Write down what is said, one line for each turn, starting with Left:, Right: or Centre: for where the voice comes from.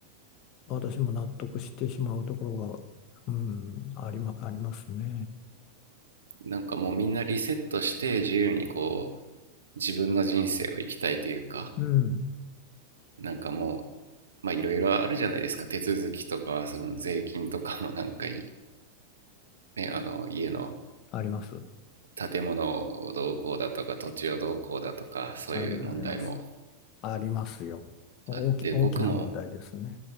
Left: 私も納得してしまうところが、うん、ありま、ありますね。
Right: なんかもうみんなリセットして自由にこう自分の人生を生きたいというか
Left: うん、
Right: なんかもうまあいろいろあるじゃないですか手続きとかその税金とかもなんかいねあの家の
Left: あります。
Right: 建物をどうこうだとか土地をどうこうだとかそういう問題も
Left: あり、あります。ありますよ。大き、
Right: あって僕も
Left: 大きな問題ですね。